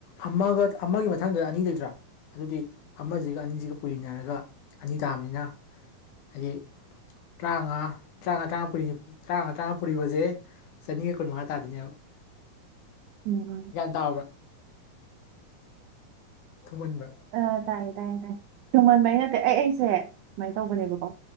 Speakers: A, on the left (about 70°); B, on the right (about 80°).
A: ꯑꯃꯒ ꯑꯃꯒꯤ ꯃꯊꯪꯗ ꯑꯅꯤ ꯂꯩꯇ꯭ꯔꯥ ꯑꯗꯨꯗꯤ ꯑꯃꯖꯤꯒ ꯑꯅꯤꯖꯤꯒ ꯄꯨꯔꯤꯅꯔꯒ ꯑꯅꯤ ꯇꯥꯕꯅꯤꯅ ꯍꯥꯏꯗꯤ ꯇꯔꯥꯃꯉꯥ ꯇꯔꯥꯃꯉꯥ ꯇꯔꯥ-ꯇꯔꯥꯉ-ꯇꯔꯥ ꯄꯨꯔꯤꯕꯁꯦ ꯆꯅꯤꯒ ꯀꯨꯟꯃꯉꯥ ꯇꯥꯗꯣꯏꯅꯦꯕ
B: ꯎꯝ ꯎꯝ
A: ꯇꯥꯕ꯭ꯔ ꯊꯨꯃꯟꯕ꯭ꯔ
B: ꯑ ꯇꯥꯏ ꯇꯥꯏ ꯇꯥꯏ ꯊꯨꯃꯣꯟ ꯑꯩ ꯑꯩꯁꯦ ꯁꯨꯃꯥꯏꯅ ꯇꯧꯕꯅꯦꯕꯀꯣ